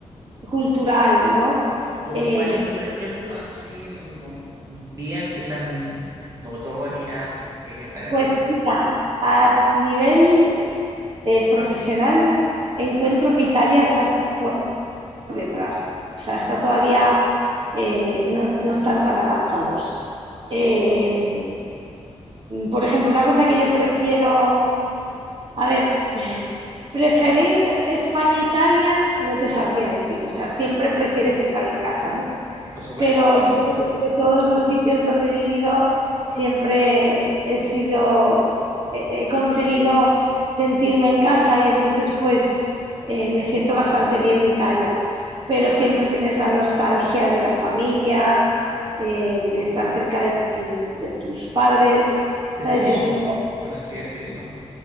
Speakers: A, on the right; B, on the right.
A: cultural, ¿no?
B: Como
A: Eh,
B: cuáles, por ejemplo, así mm, bien que sean notorias eh, para
A: pues
B: ti,
A: mira, a nivel eh, profesional, encuentro que Italia está por por detrás. O sea, está todavía, eh, no, no están tan avanzados. Eh, por ejemplo, una cosa que yo prefiero, a ver, <laughs> preferir España e Italia, no te sabría decir. O sea, siempre prefieres estar en casa, ¿no?
B: por supuesto,
A: Pero
B: por
A: yo
B: supuesto,
A: de todos los sitios donde he vivido siempre he sido, he he conseguido sentirme en casa y entonces pues eh, me siento bastante bien en Italia. Pero siempre tienes la nostalgia de la familia, eh, de estar cerca de tu- de tus padres.
B: de
A: ¿Sabes?
B: tu mundo,
A: Yo tengo
B: por así decirlo.